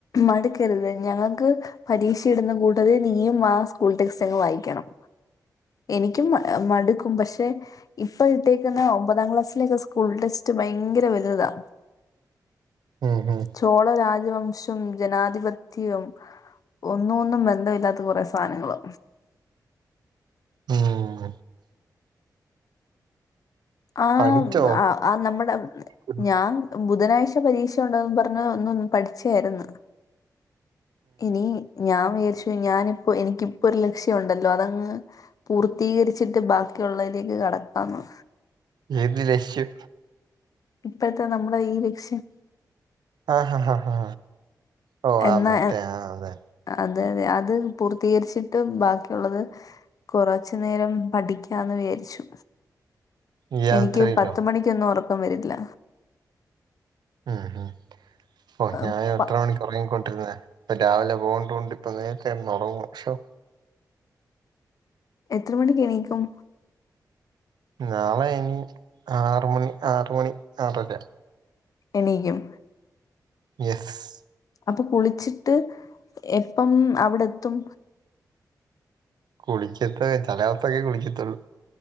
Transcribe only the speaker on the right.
ഉം ഉം
ഉം
പഠിച്ചോ
ഉം.
ഏത് ലക്ഷ്യം
ആഹ് ഹ ഹ ഹാ ഓ
ആ മറ്റേ ആ അതെ
ഈ യാത്രയിലോ
ഉം ഉം ഓ
ഞാൻ എത്ര
മണിക്ക് ഉറങ്ങിക്കൊണ്ടിരുന്നേ ഇപ്പൊ രാവിലെ പോകണ്ടോണ്ട് ഇപ്പ നേരത്തെ കെടന്ന് ഒറങ്ങുവാ ഷോ
നാളെ ഇനി ആറ് മണി ആറ് മണി ആറര
യെസ്
കുളിക്കത്ത് ചെല ദെവസൊക്കെ കുളിക്കത്തുള്ളൂ